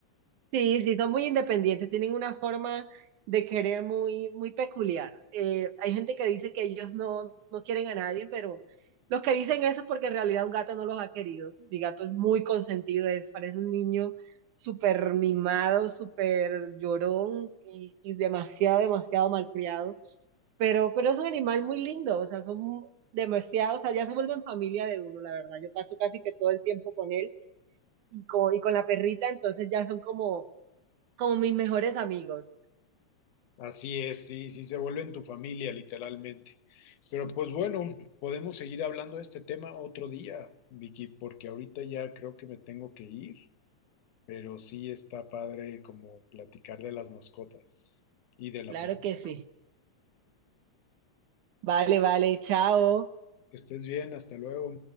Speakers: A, on the right; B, on the left.
A: Sí, sí, son muy independientes, tienen una forma de querer muy, muy peculiar. Eh, hay gente que dice que ellos no, no quieren a nadie, pero los que dicen eso es porque en realidad un gato no los ha querido. Mi gato es muy consentido, es, parece un niño súper mimado, súper llorón y, y demasiado, demasiado malcriado. Pero, pero es un animal muy lindo, o sea, son demasiado, o sea, ya se vuelven familia de uno, la verdad. Yo paso casi que todo el tiempo con él y con, y con la perrita, entonces ya son como como mis mejores amigos.
B: Así es, sí, sí, se vuelven tu familia, literalmente. Pero pues bueno, podemos seguir hablando de este tema otro día, Vicky, porque ahorita ya creo que me tengo que ir, pero sí está padre como platicar de las mascotas y de la
A: Claro
B: familia.
A: que sí. Vale, vale, chao.
B: Que estés bien, hasta luego.